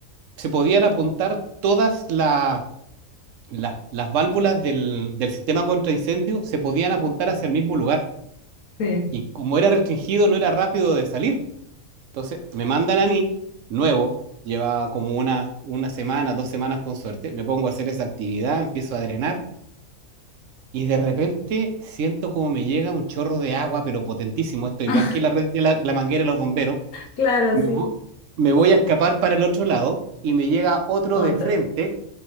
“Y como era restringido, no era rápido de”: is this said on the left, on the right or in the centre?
Right